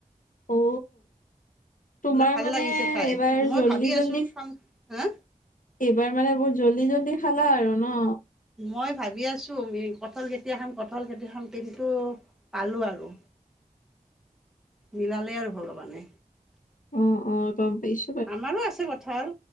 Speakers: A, on the left; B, in the centre.
A: অ! তোমাৰ
B: ভাল
A: মানে
B: লাগিছে খাই
A: এইবাৰ
B: মই
A: জল্দি-জল্দি
B: ভাবি আছোঁ খাম হা
A: এইবাৰ মানে বহুত জল্দি-জল্দি খালা আৰু ন।
B: মই ভাবি আছোঁ কঠল কেতিয়া খাম, কঠল খেতি খাম কিন্তু পালোঁ আৰু। মিলালে আৰু ভগৱানে।
A: অঁ-অঁ! গম পাইছ
B: আমাৰো আছে কঁঠাল